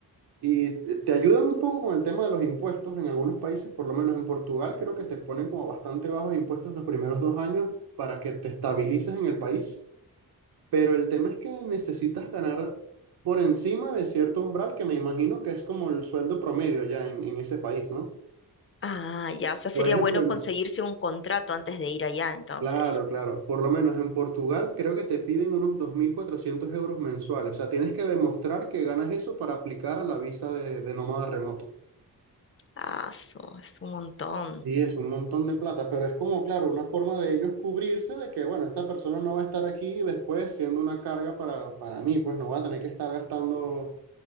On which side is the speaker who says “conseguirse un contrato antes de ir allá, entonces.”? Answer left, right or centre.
Left